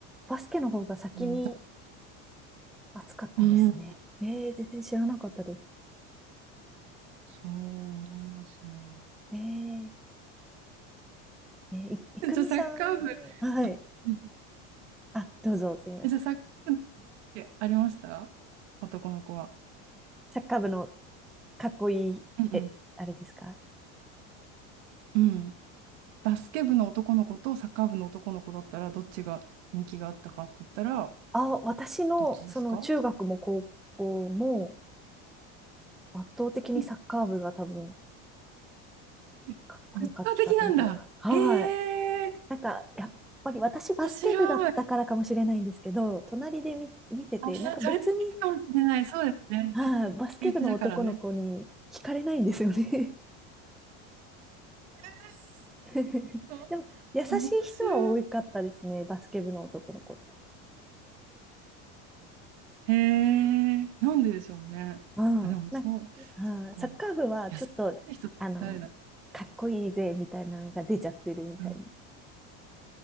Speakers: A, in the centre; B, on the right.
A: バスケの方が先に
B: うん。
A: 熱かったんですね。
B: うん。
A: ええ、全然知らなかったです。
B: そう思いますね。
A: えーえ、ねい、いくみさん、
B: <laughs> じゃあ、サッカー部、
A: はい。
B: うんうん
A: あ、どうぞ、すみません。
B: えじゃあ、サッカー部ってありました男の子は。
A: サッカー部のかっこいい、
B: うんうん。
A: え、あれですか
B: うん。バスケ部の男の子とサッカー部の男の子だったら、どっちが人気があったかって言ったら、
A: あ、私の、
B: どっちですか
A: その中学も高校も圧倒的にサッカー部が多分
B: うんえ圧倒的なんだ。
A: かっこよかったと思います。はい。
B: へえ、
A: なんか、やっぱり私バスケ部だったからかもしれないんですけど、
B: 面白い。
A: 隣で見、見てて、
B: あ、それもいいかもしれない。
A: なんか別に、
B: そうですね。自分身内だからね。
A: はい、バスケ部の男の子に惹かれないんですよね。
B: <laughs>
A: <laughs>
B: の
A: でも、優しい人は多かったですね、
B: 面白い。
A: バスケ部の男の子って。
B: へえ、なんででしょうね。
A: うん。
B: あ、でもそう、
A: なんか、あーサッカー部はちょっと、
B: そっか。優しい人って誰だ
A: あの、かっこいいぜみたいなのが出ちゃってるみたいな
B: うん、